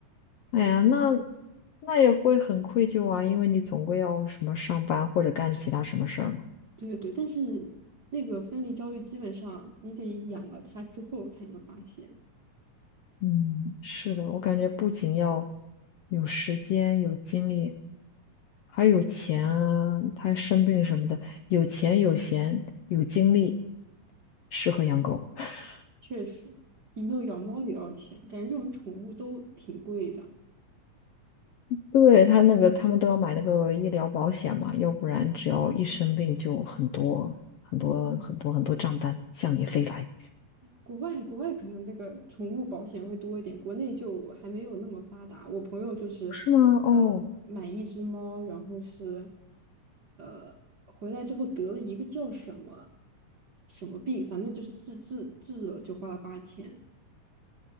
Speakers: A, on the left; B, on the right.
A: 哎呀，那那也会很愧疚啊，因为你总归要什么上班或者干其他什么事儿嘛。
B: 对对，但是那个分离焦虑基本上你得养了它之后才能发现，
A: 嗯，是的，我感觉不仅要有时间、有精力，还有钱啊，他生病什么的，有钱、有闲、有精力，适合养狗。<laughs>
B: 确实，你没有养猫也要钱，感觉这种宠物都挺贵的。
A: 对，他那个，他们都要买那个医疗保险嘛，要不然只要一生病就很多很多很多很多账单向你飞来，
B: 啊国外国外可能那个宠物保险会多一点，国内就还没有那么发达。我朋友就是
A: 是吗？哦，
B: 他买一只猫，然后是呃回来之后得了一个叫什么什么病，反正就是治治治了就花了八千。